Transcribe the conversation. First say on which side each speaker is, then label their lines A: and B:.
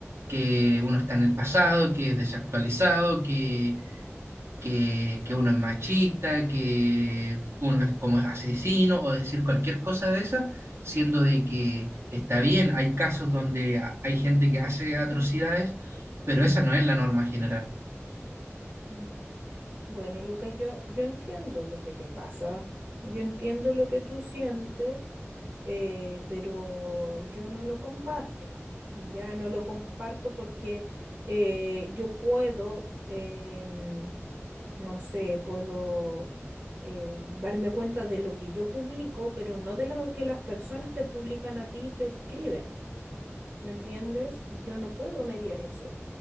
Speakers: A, on the right; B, on the right.
A: que uno está en el pasado, que es desactualizado, que, que, que uno es machista, que uno es como asesino o decir cualquier cosa de esa, siendo de que está bien, hay casos donde a- hay gente que hace atrocidades, pero esa no es la norma general.
B: Mm. Bueno, Lucas, yo, yo entiendo lo que te pasa, yo entiendo lo que tú sientes, eh, pero yo no lo comparto. Ya no lo comparto porque eh, yo puedo em, no sé, puedo eh, darme cuenta de lo que yo publico, pero no de lo que las personas te publican a ti y te escriben. ¿Me entiendes? Yo no puedo mediar eso.